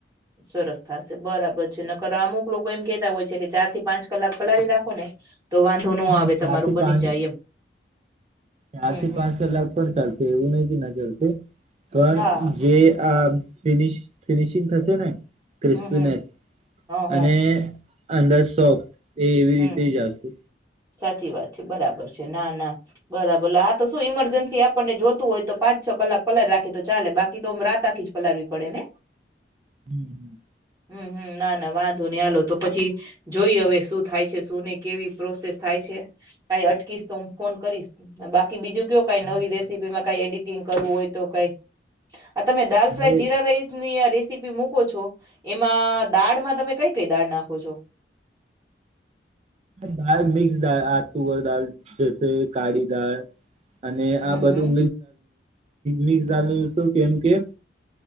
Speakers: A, on the right (about 20°); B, on the right (about 35°).
A: સરસ થશે બરાબર છે નકરા અમુક લોકો એમ કેતા હોય છે કે ચાર થી પાંચ કલાક પલાળી રાખો ને તો વાંધો ન
B: હા
A: આવે તમારું
B: ચાર થી
A: બની
B: પાંચ
A: જાય એમ
B: ચાર
A: હમ
B: થી
A: હમ
B: પાંચ કલાક પણ ચાલશે એવું નહ ન ચાલશે પણ
A: હા
B: જે આ ફિનિશ ફિનિશિંગ થશે ને ક્રિસ્પનેસ
A: હમ હમ હ હ
B: અને અંદર સોફ એ એવી
A: હમ
B: રીતે આવશે
A: સાચી વાત છે બરાબર છે ના ના બરાબર આા તો શું ઈમરજન્સી આપણને જોતું હોય તો પાંચ છ કલાક પલળી રાખે તો ચાલે બાકી તો આમ રાત આખી જ પલાળવી પડે ને
B: હમ્મ
A: હમ્મ હમ્મ ના ના વાંધો નહી હાલો તો પછી જોઈ હવે શ થાય છે શું નહી કેવી પ્રોસેસ થાય છે કઈ અટકીશ તો હું ફોન કરીશ બાકી બીજું કઈ
B: હા
A: ન રેસીપીમાં
B: તમે કરો
A: કઈ એડિટિંગ કરવું હોય તો કઈ આ તમે દાલ
B: અરે
A: ફ્રાય જીરા રાઈસ ની ર રસીપી મૂકો છો એમાં દાળમાં તમે કઈ કઈ દાળ નાખો છો
B: દાળ મિક્સ દાળ આ તુવર દાળ જ કાળી દાળ અને
A: હમ
B: આ બધું
A: હમ
B: મિકસ દાળ ઈડલી કેમ કેમ